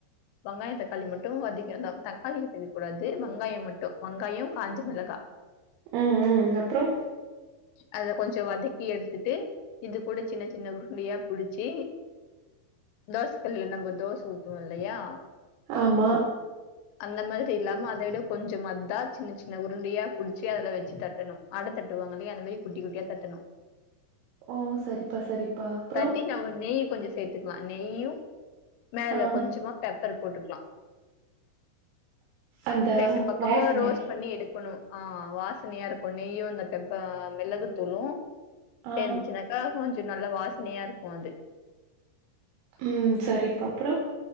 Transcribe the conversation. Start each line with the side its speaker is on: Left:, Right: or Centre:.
Left: வங்காயோ தக்காளி மட்டு வதக்கி தக்காளி சேக்க கூடாது வங்காயோ மட்டு வங்காயோ காஞ்ச மிளகா
Right: ம் ம் அப்றோ
Left: அத கொஞ்சோ வதக்கி எடுத்துட்டு இது கூட சின்ன சின்ன உருண்டயா புடுச்சு தோச கல்லுல நம்ம தோச ஊத்துவோ இல்லயா
Right: ஆமா
Left: அந்த மாரி இல்லாம அத விட கொஞ்ச மதா சின்ன சின்ன உருண்டயா புடுச்சு அதுல வெச்சு தட்டணு அட தட்டுவாங்கல்லயே அந்த மாரி குட்டி குட்டியா தட்டணு
Right: ஓ! சரிப்பா, சரிப்பா. அப்புறம்?
Left: தட்டி நம்ம நெய்யி கொஞ்சோ சேத்துக்கலா நெய்யு மேல
Right: ஆ.
Left: கொஞ்சமா பெப்பர் போட்டுக்கலா
Right: அந்த
Left: ரெண்டு பக்கமு
Right: வாசனைக்கு.
Left: ரோஸ் பண்ணி எடுக்கணு ஆ வாசனையா இருக்கு நெய்யு அந்த பெப்ப மிளகுத்தூளு
Right: ஆ.
Left: சேந்துச்சுனாக்கா கொஞ்சோ நல்லா வாசனையா இருக்கு அது
Right: ம் சரிப்பா அப்றோ